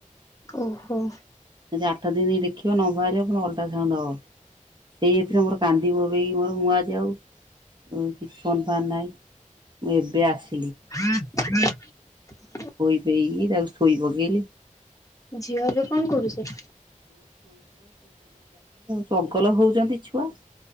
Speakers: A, on the left; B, on the right.
A: ଓହୋ।
B: ଯଦି ଆଠ ଦିନ ଦେଖିବ ନଭାରିବ ପୁଣ ଅଲ୍ଟ୍ରାସାଉଣ୍ଡ ହବ। ସେଇ ଏଥିରେ ମୋର କାନ୍ଦି ବୋବେଇକି ମୋର ମୁଁ ଆଜି ଆଉ ଉଁ କିଛି ଫୋନ୍ ଫାନ୍ ନାହିଁ ଏବେ ଆସି ।
A: <unintelligible>
B: ଖୋଇ ପେଇକି ତାକୁ ଶୋଇ ପକେଇଲି।
A: ଝିଅ ଏବେ କଣ କରୁଛି।
B: ପଗଲ ହଉଛନ୍ତି ଛୁଆ ।